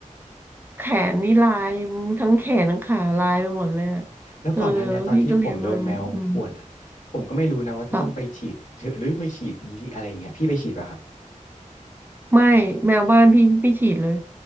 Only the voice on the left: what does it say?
แล้วก่อนหน้นเนี้ยตอนที่ผมโดนแมวข่วนอะ
ผมก็ไม่รู้นะว่าจะต้องไปฉีดหรือไม่ฉีดยีอะไรอย่างเงี้ยพี่ไปฉีดป่ะครับ